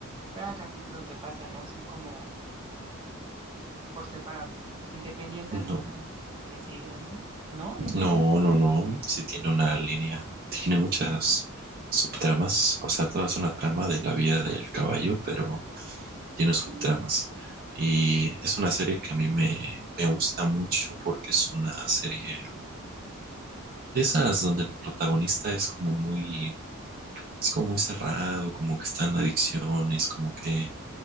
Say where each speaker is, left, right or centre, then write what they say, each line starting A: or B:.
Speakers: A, on the right (about 25°); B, on the right (about 45°).
A: cada capítulo que pasa, ¿no? Son como por separado, independiente
B: no,
A: al que sigue, ¿no? No, no es
B: no,
A: así.
B: no, no. Sí tiene una línea, tiene muchas subtramas, o sea, toda es una trama de la vida del caballo, pero tiene subtramas. Y es una serie que a mí me, me gusta mucho porque es una serie de esas donde el protagonista es como muy, es como muy cerrado, como que está en adicciones, como que